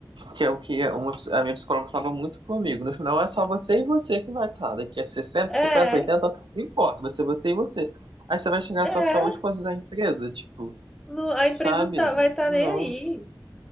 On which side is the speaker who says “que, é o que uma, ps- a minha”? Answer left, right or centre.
Right